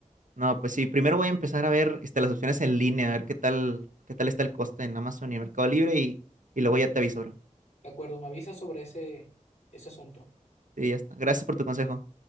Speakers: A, on the right (about 85°); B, on the left (about 65°).
A: No, pues sí, primero voy a empezar a ver este, las opciones en línea, a ver qué tal, qué tal está el coste en Amazon y en Mercado Libre y, y luego ya te aviso, bro.
B: De acuerdo, me avisas sobre ese, ese asunto.
A: Sí, ya está. Gracias por tu consejo.